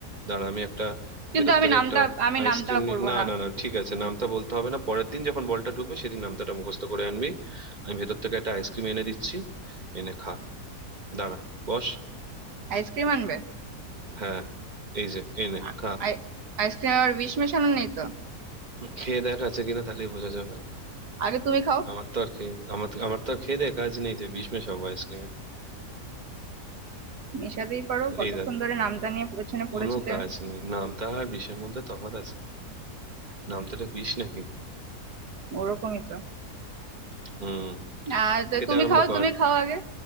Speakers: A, on the right; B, on the right.
A: দাঁড়া আমি একটা
B: কিন্তু
A: ভেতর
B: আমি
A: থেকে
B: নামটা
A: একটা
B: আমি
A: আইসক্রিম
B: নামটা
A: নি।
B: পরবো
A: না
B: না
A: না না ঠিক আছে নামটা বলতে হবে না পরের দিন যখন বলটা ঢুকবে সেদিন নামটা মুখস্থ করে আনবি আমি ভেতর থেকে একটা আইসক্রিম এনে দিচ্ছি এনে খা দাঁড়া বস
B: আইসক্রিম আনবে
A: হ্যাঁ এই যে এনে
B: আ-
A: খা
B: আই- আইসক্রিম আর বিষ মেশানো নেই তো
A: খেয়ে দেখ আছে কিনা তাহলেই বোঝা যাবে
B: আগে তুমি খাও
A: আমার তো আর খেয়ে আমার আমার তো আর খেয়ে দেখ কাজ নেই যে বিষ মেশাবো আইসক্রিমে
B: মেশাতেই পারো কতক্ষণ
A: এই দেখ
B: ধরে নামটা নিয়ে পেছনে পড়েছিলে
A: কোনো কাজ নেই নামতা আর বিষের মধ্যে তফাৎ আছে নামতাটা বিষ নাকি
B: ওরকমই তো
A: হুম
B: আর তো
A: খেতে
B: তুমি
A: আরম্ভ
B: খাও
A: কর
B: তুমি খাও আগে